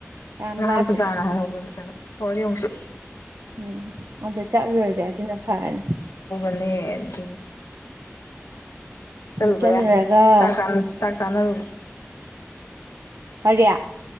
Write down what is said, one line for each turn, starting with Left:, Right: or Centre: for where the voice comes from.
Right: ꯌꯥꯝ
Left: ꯉꯥꯟ
Right: ꯂꯥꯞꯇ꯭ꯔꯦ
Left: ꯄꯨꯖꯔ ꯍꯥꯏ ꯍꯅꯤ ꯀꯩꯅꯣ ꯍ ꯌꯦꯎꯁꯨ
Right: ꯎꯝ ꯑꯗ ꯆꯠꯂꯨꯔꯁꯦ ꯑꯗꯨꯅ ꯐꯔꯅꯤ
Left: ꯃ ꯑꯗꯨꯗꯤ ꯆꯂꯕꯌꯥ
Right: ꯑꯗꯨ ꯆꯠꯂꯨꯔꯒ
Left: ꯆꯀꯝ ꯆ ꯆꯥꯗꯔ
Right: ꯀꯌꯥ